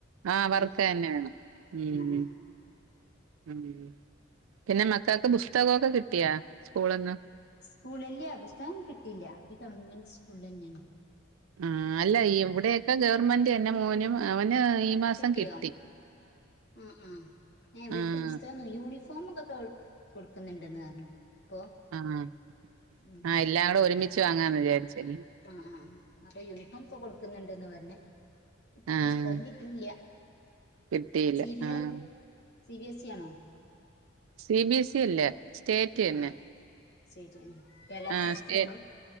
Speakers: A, on the right (about 85°); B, on the left (about 55°).
A: ആഹ് വർക്ക്
B: ഏ
A: തന്നെ വേണം ഉം
B: ആ ആ
A: ഉം പിന്നെ മക്കൾക്ക് പുസ്തകൊക്കെ കിട്ടിയാ സ്കൂള്ന്ന്.
B: സ്കൂള് ഇല്യ പുസ്തകം കിട്ടില്യ അവര് ഗവൺമെന്റ് സ്കൂൾലന്നെയാണ്.
A: ആഹ് അല്ല ഇവിടെയൊക്കെ ഗവൺമെന്റ് തന്നെ മോനും അവന്. ഈ മാസം
B: കിട്ടിയോ?
A: കിട്ടി
B: ആഹ് ആഹ് ഇവർക്ക്
A: ആഹ്
B: പുസ്തകം <unintelligible> യൂണിഫോമൊക്കെ കൊ കൊടുക്കുന്നിണ്ടെന്ന് പറഞ്ഞു. ഇപ്പൊ
A: ആഹ് ആഹ്
B: ഉം
A: ആഹ് എല്ലാം കൂടെ ഒരുമിച്ച് വാങ്ങാന്ന് വിചാരിച്ച <unintelligible>
B: ആഹ് ആഹ് ആഹ് അപ്പൊ യൂണിഫോം ഇപ്പൊ കൊടുക്കുന്നിണ്ട്ന്ന് പർഞ്ഞ്,
A: ആഹ്
B: പുസ്തകം കി ഇല്യ
A: കിട്ടിയില്ല
B: സി ബി
A: ആഹ്
B: എ സി ബി എസ് ഇ ആണോ?
A: സി ബി എസ് ഇ അല്ല. സ്റ്റേറ്റ് തന്നെ
B: അല്ല സ്റ്റേറ്റ്ന്നെ കേരള
A: ആഹ്
B: സിലബസന്നെ
A: സ്റ്റേ